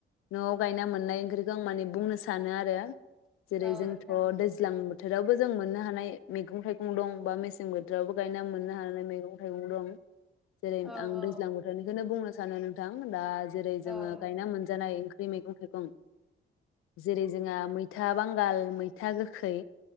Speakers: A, on the left; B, in the centre.
A: न गायना मोननाय ओंख्रिखौ आं माने बुंनो सानो आरो जेरै
B: औ
A: जोंथ'
B: नोंथां
A: दैज्लां बोथोरावबो जों मोननो हानाय मैगं थाइगं दं बा मेसें बो जेरावबो गायना मोननो हानाय मैगं मेगं दं जेरै
B: औ
A: आं
B: औ
A: दैज्लां बोथोरनिखौनो बुंनो सानो नोंथां दा जेरै जोंङो
B: औ नोंथां
A: गायना मोनजानाय ओंख्रि मैगं थाइगं जेरै जोंहा मैथा बांगाल मैथा गोखै